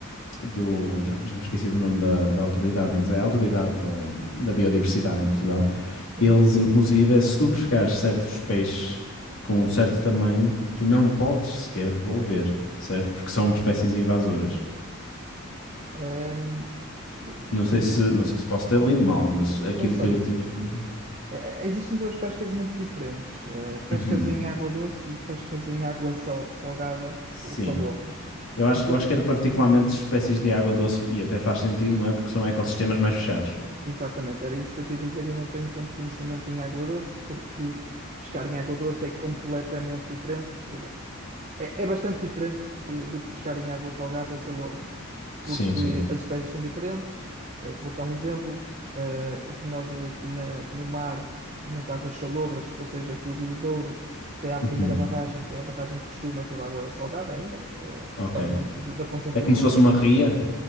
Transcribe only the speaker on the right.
sim.
Hum, isso-
eu-
não sei.
Eh, Existem duas pescas muito diferentes: Eh, pescas
em água doce e pescas em água sal- salgada
ou salobras.
O que
eu,
pois,
Exatamente, era isso que eu te ia dizer. Eu não tenho tanto conhecimento em água doce, porque pescar em água doce é completamente diferente, ou seja, é, é bastante diferente eh, do que pescar em água salgada ou salobra, porque
as espécies são diferentes. Eh, vou dar um exemplo: eh, o que nós aqui na- no mar e nas águas salobras, que, ou seja, aqui o Rio Douro, até à primeira
barragem, que é a barragem de costume, é toda água salgada ainda, eh,
apesar de não- do- da concentração